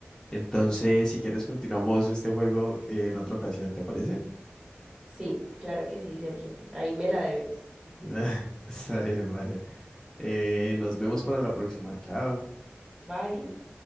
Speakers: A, on the left; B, on the right.
A: Entonces, si quieres, continuamos este juego eh, en otra ocasión, ¿te parece?
B: Sí, claro que sí, Sergio. Ahí me la debes.
A: <laughs> Está bien, Mario. Eh, nos vemos para la próxima. Chao.
B: Bye.